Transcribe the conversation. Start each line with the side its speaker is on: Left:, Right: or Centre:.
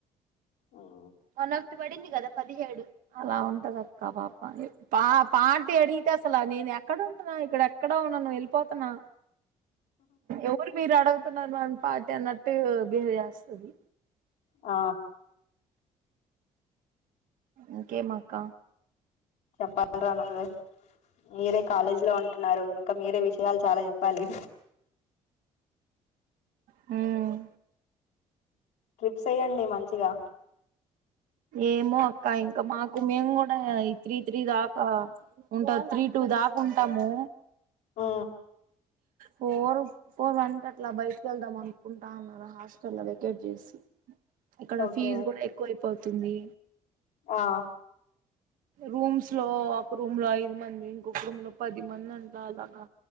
Left: ఉమ్,
Right: వన్ ఒకటి పడింది కదా పదిహేడు అలా ఉంటది అక్క ఆ పాప పా పాటి అడిగితే అసలు నేను ఎక్కడ ఉంటన్నా ఇక్కడ ఎక్కడ ఉండను వెళ్ళిపోతున్నా ఎవరు మీరా ఆడగ్ స్తున్నారు మం పార్టీ అన్నట్టు బిహేవ్ చేస్తది
Left: ఆ
Right: ఇంకేమాక్క
Left: చెప్పాలరా నువ్వే మీరే కాలేజీ లో ఉంటున్నారు ఇంకా మీరే విషయాలు చాలా చెప్పాలి
Right: మ్మ్
Left: ట్రిప్స్ ఎయ్యండి మంచిగా
Right: ఏమో అక్క ఇంకా మాకు మేము కూడా ఈ త్రీ త్రీ దాకా ఉంటా త్రీ టూ దాకా ఉంటాము
Left: ఆ
Right: పోల్ ఫోర్ వన్ కి అట్లా బయటికి వెళ్దాం ఆన్ కుంటా ఉన్నారు హాస్టల్ లో పోయి వ్యాకేట్ చేసి ఇక్కడ
Left: ఓకే
Right: ఫీజ్ కూడా ఎక్కువయిపోతుంది
Left: ఆ
Right: రూమ్స్ లో ఒక రూమ్ లో ఐదు మంది ఇంకొక రూమ్ లో పది మంది ఉంటారు అలాగా